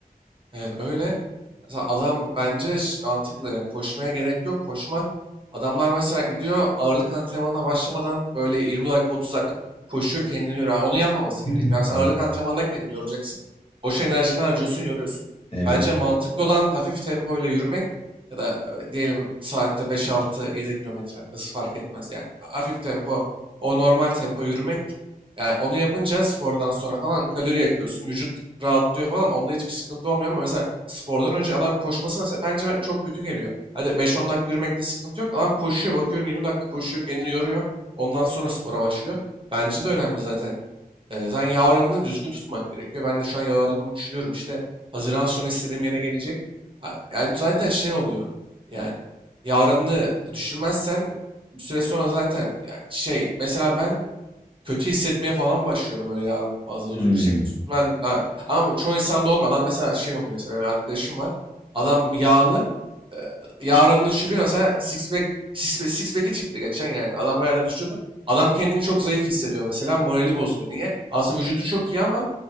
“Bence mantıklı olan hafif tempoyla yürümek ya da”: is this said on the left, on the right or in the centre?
Right